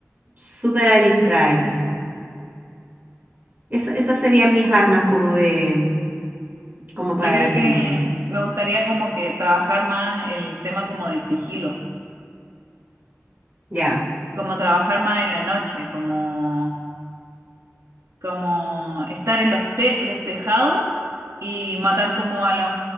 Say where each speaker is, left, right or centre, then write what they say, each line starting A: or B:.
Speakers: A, on the right; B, on the right.
A: súper adiestrada en eso. Es- esas serían mis armas como de, como
B: Yo
A: para
B: creo
A: defenderme.
B: que me gustaría como que trabajar más el tema como del sigilo,
A: Ya,
B: como trabajar más en la noche, como, como estar en los te- en los tejados y matar como a